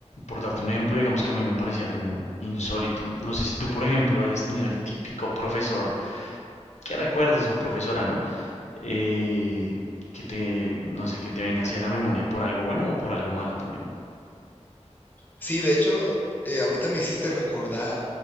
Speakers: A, on the left; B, on the left.
A: por darte un ejemplo, digamos que a mí me parecía algo insólito. No sé si tú, por ejemplo, hayas tenido el típico profesor que recuerdes o profesora, ¿no? Eh, que te, no sé, que te venga así a la memoria por algo bueno o por algo malo también.
B: Sí, de hecho, eh, ahorita me hiciste recordar